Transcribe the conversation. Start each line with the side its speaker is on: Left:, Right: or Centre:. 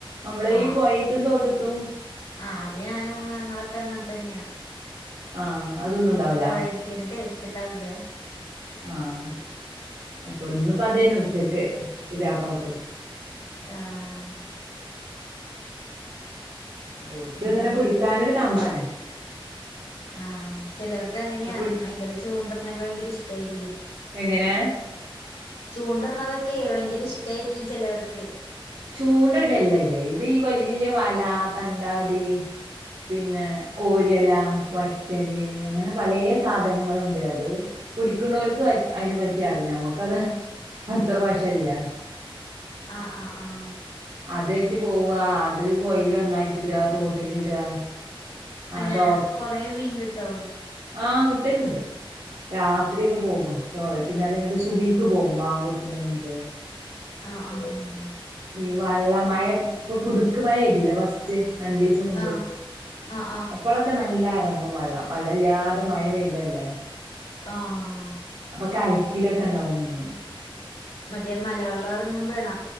Right: നമ്മളയീ
Left: ആഹ്
Right: പുഴെത്തെ തോട്ടത്തും
Left: ആഹ് അത് ഞാനും ഞങ്ങളൊക്കെ അങ്ങനെ തന്നെയാ
Right: ആഹ് അതൊന്നും ഇണ്ടാവൂല
Left: പുഴലെ തെന്ന് ടേസ്റ്റ് ഉണ്ടാവില്ല
Right: ആഹ് അപ്പൊ ഇന്നിപ്പ അതന്നെ ഉച്ചക്ക് പുതിയാപ്പളക്ക്
Left: ആഹ്
Right: ഓൾക്ക്
Left: അതാ
Right: ഇങ്ങനെ പിടിക്കാനൊരു കമ്പാണ്
Left: ആഹ ചെലവർക്ക് അങ്ങനെയാണ്
Right: അപ്പൊ
Left: ഭയങ്കര ചൂണ്ടറിണൊക്കെ ഭയങ്കര ഇഷ്ടായിരിക്കും
Right: എങ്ങനെ
Left: ചൂണ്ടറിണതൊക്കെ ഭയങ്കര ഇഷ്ടായിരിക്കും ചെലവർക്ക്
Right: ചൂണ്ട ഇടുവല്ല ഇത് ഇത് ഈ വല്യയ വല തണ്ടാടി പിന്നെ കോരിയല വറ്റല് അങ്ങനെ പലയ സാധനങ്ങളുണ്ട് അത് പുടിക്കണോൽക്ക് അത് അതിനെ പറ്റിയറിയാ നമ്മുക്കത് അത്ര വശല്ലിയാ
Left: ആഹ് ആഹ് ആാാ
Right: അതേറ്റ് പോവ്വാ അ അത് പൊയിലന്നായിട്ടടുവാ തോട്ടിലിടുവാ
Left: അങ്ങനെ
Right: ആഹ തോർത്ത്
Left: കൊറേ മീൻ കിട്ടോ
Right: ആഹ് കിട്ടലുണ്ട് രാത്രിയക്കെ പോകുംട്ടോ പിന്നെ അതേമ്മെക്ക് സുബീക്ക് പോവും ബാങ്കുകൊടത്തിന്റെ മുമ്പ്
Left: ആഹ ആഹ് ഉംഹ്
Right: ഈ വള്ള മഴ ഇപ്പൊ പുതുക്ക് മഴ എഴുതില്ല ഫസ്റ്റ് രണ്ടീ ന് മുൻപ്
Left: ആഹ് ആഹ് ആഹ്
Right: അപ്പളൊക്കെ നല്ല ഇറങ്ങും വള്ളം വള്ളല്ലാണ്ട് മഴ പെയ്തല്ലേ
Left: ആഹ് ആഹ് ആഹാ
Right: അപ്പൊ കൽക്കിലക്കണ്ടാവും മുന്നേ
Left: മറ്റേ മലവെള്ളം ഇറങ്ങുമ്പ ആണ